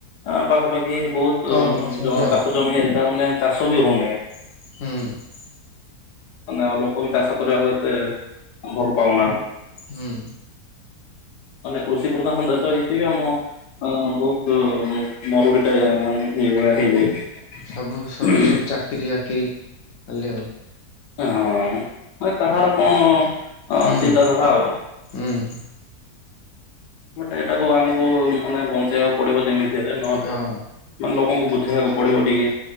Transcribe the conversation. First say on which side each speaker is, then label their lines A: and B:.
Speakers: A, on the left; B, on the left.
A: ଆ ପାଖାପାଖି ବହୁତ୍‌ ତ
B: କମ ଅଛନ୍ତି
A: ଯୋଉ
B: ଆଉ
A: ଚାଷ ଜମି ହେରିକା ମାନେ ଚାଷ ବି ହଉନାହିଁ।
B: ହୁଁ।
A: ମାନେ ଲୋକ ବି ଚାଷ କରିବାକୁ ଏତେ ଭଲ ପାଉନାହାନ୍
B: ହୁଁ।
A: ମାନେ କୃଷି ପ୍ରଧାନ ଦେଶ ହେଇକି ବି ଆମ ହଁ, ବହୁତୁ ମରୁଡିିଟା, ଇଏଁ ଭଳିଆ ହେଇଯାଇଛି।
B: ସବୁ ସବୁ
A: ହଁ।
B: ସବୁ ଚାକିରି ଆକିରି କଲେ ଆଉ।
A: ହଁ, ମାନେ କାହାର କଣ? ଅ
B: ହୁଁ,
A: ଚିନ୍ତାଧାରା ଆଉ
B: ଉଁ।
A: ମୋଟେ ତାକୁ ଆମକୁ ମାନେ ବଞ୍ଚେଇବାକୁ ପଡିବ, ଯେମିତି ହେଲେ ନହେଲେ
B: ହଁ।
A: ମାନେ, ଲୋକଙ୍କୁ ବୁଝେଇବାକୁ ପଡିବ ଟିକେ।